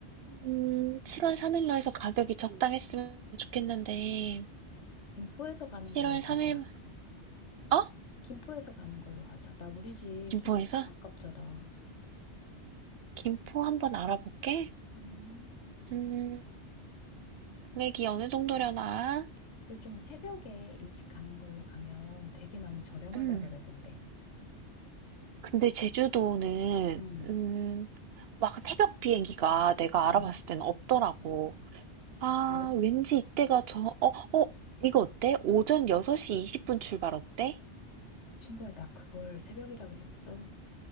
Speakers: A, on the right; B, on the left.
A: 음 7월 3일로 해서 가격이 적당했으면 좋겠는데
B: 김포에서 가는
A: 7월
B: 걸로 가자.
A: 3일 어?
B: 김포에서 가는 걸로 가자. 나 우리 집
A: 김포에서?
B: 김포에서 가깝잖아.
A: 김포 한번 알아볼게.
B: 음,
A: 음 금액이 어느 정도려나?
B: 그리고 좀 새벽에 일찍 가는 걸로 가면 되게 많이 저렴하다
A: 음.
B: 그러던데.
A: 근데 제주도는
B: 응,
A: 음, 막 새벽 비행기가 내가 알아봤을
B: 응.
A: 때는 없더라고.
B: 어,
A: 아,
B: 그래?
A: 왠지 이때가 저, 어, 어, 이거 어때? 오전 6시 20분 출발 어때?
B: 친구야, 나 그걸 새벽이라 그랬어.